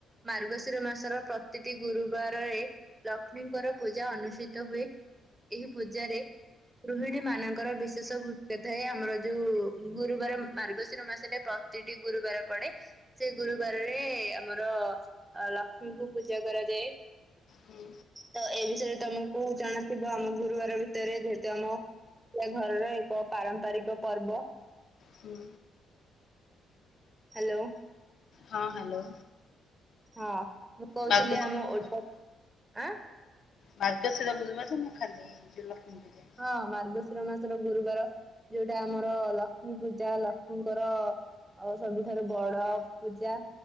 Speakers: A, on the right (about 15°); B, on the left (about 60°).
A: ମାର୍ଗଶିର ମାସର ପ୍ରତିଟି ଗୁରୁବାରରେ ଲକ୍ଷ୍ମୀଙ୍କର ପୂଜା ଅନୁଷ୍ଠିତ ହୁଏ ଏହି ପୂଜାରେ ଗୃହିଣୀ ମାନଙ୍କର ବିଶେଷ ଭୂମିକା ଥାଏ ଆମର ଯୋଉ ଗୁରୁବାର ମାର୍ଗଶିର ମାସରେ ପ୍ର ତିଟି ଗୁରୁବାର ପଡେ ସେ ଗୁରୁବାରରେ ଆମର ଅ ଲକ୍ଷ୍ମୀଙ୍କୁ ପୂଜା କରାଯାଏ।
B: ହୁଁ।
A: ତ ଏ ବିଷୟରେ ତମକୁ ଜଣାଥିବ ଆମ ଗୁରୁବାର ଭିତରେ ଯେହେତୁ ଆମ ସେ ଘରର ଏକ ପାରମ୍ପରିକ ପର୍ବ।
B: ହୁଁ।
A: ହ୍ୟାଲୋ।
B: ହଁ ହ୍ୟାଲୋ।
A: ହଁ ମୁଁ କହୁଥିଲି
B: ବାଗଦତ୍ରୀ
A: ଆମ ଓଟ ଆଁ?
B: ମାର୍ଗଶୀର ଗୁରୁବାରେ ନା ଖାଲି ଜୋଉ ଲକ୍ଷ୍ମୀ ପୂଜା?
A: ହଁ ମାର୍ଗଶୀର ମାସର ଗୁରୁବାର ଯୋଉଟା ଆମର ଲକ୍ଷ୍ମୀ ପୂଜା ଲକ୍ଷ୍ମୀଙ୍କର ଆଉ ସବୁଠାରୁ ବଡ ପୂଜା